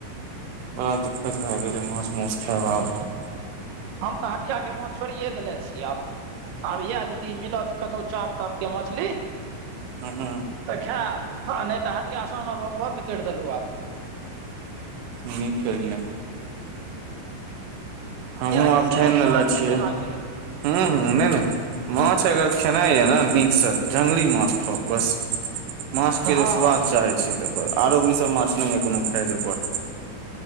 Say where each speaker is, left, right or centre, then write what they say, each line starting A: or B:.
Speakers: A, on the right; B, on the right.
A: बड़ा दिक्कत भऽ गेलै माछ म‌उस खायब आब
B: हम तऽ हटियाके माछ छोड़िये देने छियै आब आब इएह यदि मिलत कतहु चपतप के मछली
A: ह, ह
B: तऽ खायब आ नहि तऽ हटिया सँ आनब हम बंन्द करि देलहुँ आब
A: नीक खेलिया। हमहूँ
B: कियाकि
A: आब
B: कोनो
A: ठैन
B: स्वादे
A: लेले छियै।
B: नहि लागै रहै
A: हैं हैं नहि नहि माछ अगर खेनाइ यऽ ने नीकसँ टंगरी माछ खाउ बस माछ के
B: हँ
A: जे सुवाद चाहै छै आरो ई सब माछ नहि य कोनो खाय ओकर